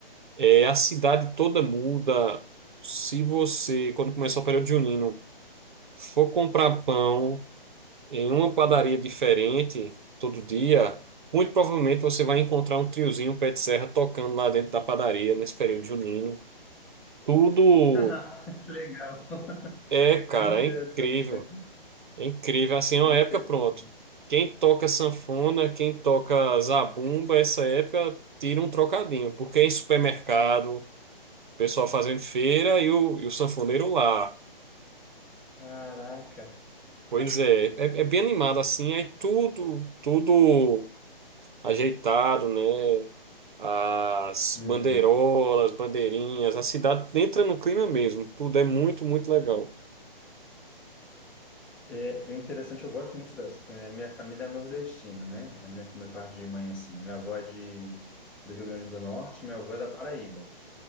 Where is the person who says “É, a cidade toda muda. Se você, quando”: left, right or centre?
Right